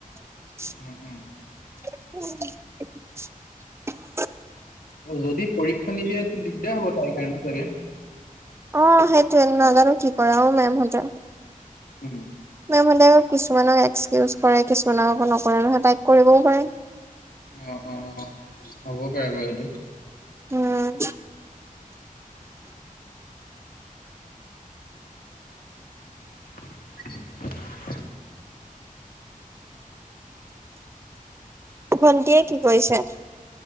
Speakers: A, on the right (about 20°); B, on the left (about 80°).
A: <unintelligible>
B: উম, উম, যদি পৰীক্ষা নিদিয়া দিগদাৰ হ'ব তাইৰ কাৰণে চাগে।
A: অ', সেইটোয়ে নাজানো কি কৰে আৰু মেমহঁতে।
B: উম।
A: মেম হ'লে কিছুমানক এক্সকিউজ কৰে কিছুমানক আকৌ নকৰে নহয় তাইক কৰিবও পাৰে।
B: অ', অ', অ', হ'ব পাৰে বাৰু সেইটো
A: উম।
B: <unintelligible>
A: ভণ্টিয়ে কি কৰিছে?